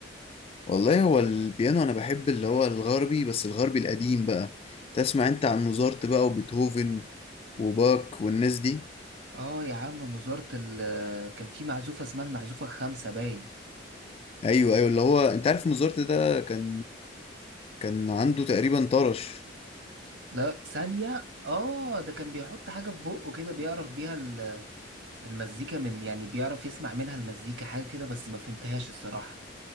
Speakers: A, on the left (about 30°); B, on the right (about 80°).
A: والله هو البيانو انا بحب اللي هو الغربي بس الغربي القديم بقى تسمع انت عن موزارت بقى وبيتهوفن وباك والناس دي
B: اه يا عم وزارة ال كان في معزوفة اسمها المعزوفة الخامسة باين
A: ايوه ايوه اللي هو انت عارف موزارت ده كان كان عنده تقريبا طرش
B: لا ثانية اه ده كان بيحط حاجة في بقه كده بيعرف بيها ال- المزيكا من يعني بيعرف يسمع منها المزيكا حاجة كده بس ما فهمتهاش الصراحة